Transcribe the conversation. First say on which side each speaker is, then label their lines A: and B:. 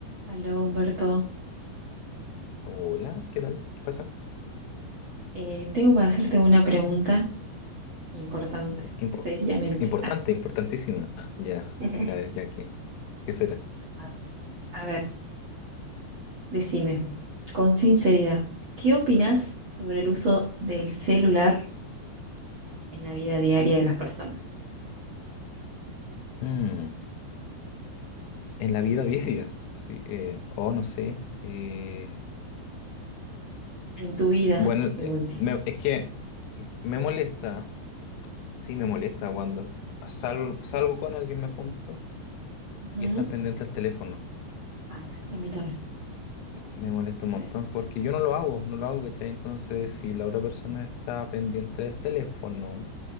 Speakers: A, on the right (about 85°); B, on the left (about 85°).
A: Aló, Humberto.
B: Hola, ¿qué tal? ¿Qué pasa?
A: Eh, tengo para hacerte una pregunta importante,
B: Impo-
A: seriamente.
B: importante,
A: Ah.
B: importantísima. Ya,
A: <laughs>
B: a ver, ya, ¿qué, qué será?
A: A a ver, decime, con sinceridad, ¿qué opinás sobre el uso del celular en la vida diaria de las personas?
B: Mm, en la vida <laughs> diaria, así, eh, oh, no sé. eh,
A: En tu vida,
B: bueno,
A: de
B: eh,
A: último.
B: me- es que me molesta, sí, me molesta cuando sal- salgo con alguien, me junto
A: Ujú.
B: y están pendientes al teléfono.
A: Ah, a mí también,
B: Me molesta
A: sí.
B: un montón porque yo no lo hago, no lo hago, ¿cachai? Entonces, si la otra persona está pendiente del teléfono,